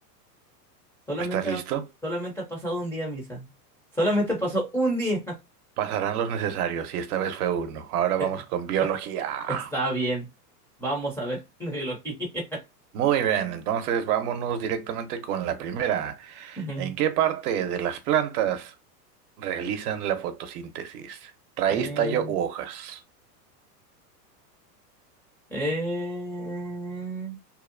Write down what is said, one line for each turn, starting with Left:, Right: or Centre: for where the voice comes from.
Centre: Solamente,
Right: ¿Estás
Centre: ha-
Right: listo?
Centre: solamente ha pasado un día, Misa. Solamente pasó un día.
Right: Pasarán los necesarios y esta vez fue uno. Ahora vamos
Centre: <laughs>
Right: con biología.
Centre: Está bien. Vamos a ver <laughs> de biología.
Right: Muy bien, entonces vámonos directamente con la primera.
Centre: Ujú.
Right: ¿En qué parte de las plantas realizan la fotosíntesis? ¿Raíz,
Centre: Eh,
Right: tallo u hojas?
Centre: eh,